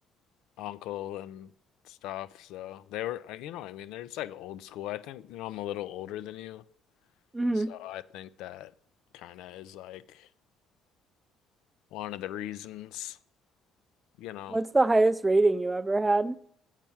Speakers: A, on the left; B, on the right.
A: uncle and stuff. So they were, uh, you know, what I mean, they're just like old school. I think, you know, I'm a little older than you.
B: Mm-hmm.
A: So I think that kind of is like one of the reasons, you know.
B: What's the highest rating you ever had?